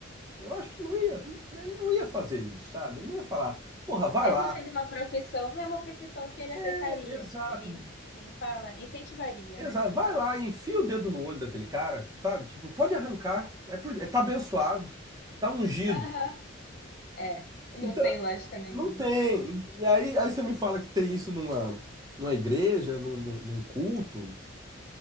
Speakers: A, on the right; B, on the left.
A: eu acho que não ia, ele não ia fazer isso, sabe? Ele não ia falar, porra, vai
B: Mesmo
A: lá.
B: sendo uma profissão, não é uma profissão que ele aceitaria,
A: É, Exato.
B: que ele, como fala, incentivaria,
A: Exato.
B: né?
A: Vai lá e enfia o dedo no olho daquele cara, sabe? Tipo, pode arrancar. É por... é, tá abençoado, tá ungido.
B: Aham. É, não
A: Então,
B: tem lógica nenhuma.
A: não tem. E aí, aí você me fala que tem isso numa, numa igreja, num, num, num culto.